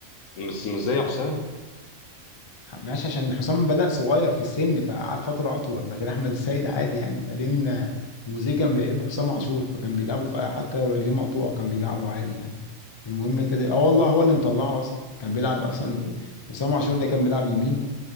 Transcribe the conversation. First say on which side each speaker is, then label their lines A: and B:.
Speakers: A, on the left; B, on the left.
A: بس مش زي حسام
B: ماشي عشان حسام بدأ صغير في السن فقعد فتره اطول لكن احمد السيد عادي يعني بعدين آه، جوزيه كان بيحب حسام عاشور فكان بيلعبه في حتى لو رجليه مقطوعه كان بيلعبه عادي يعني المهم انت دي... اه والله هو اللي مطلعه اصلا كان بيلعب اصلا
A: مم.
B: حسام عاشور ده كان بيلعب يمين